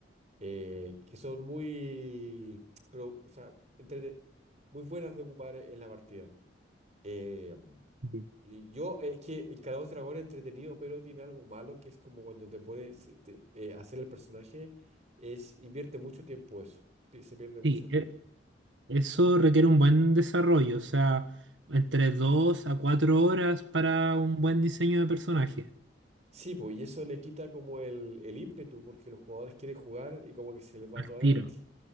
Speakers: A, on the right; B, on the right.
A: eh, que son muy, pero, o sea, entrete- muy buenas de ocupar en la partida. Eh,
B: Bien.
A: y yo, es que el Calabozo y Dragón es entretenido, pero tiene algo malo que es como cuando te pones a hacer el personaje, es invierte mucho tiempo eso, pi- se pierde mucho
B: Sí,
A: tiempo.
B: e- Eso requiere un buen desarrollo, o sea, entre dos a cuatro horas para un buen diseño de personaje.
A: Sí, pues, y eso le quita como el, el ímpetu, porque los jugadores quieren jugar y como que se les va
B: Al
A: toda
B: tiro.
A: la energía.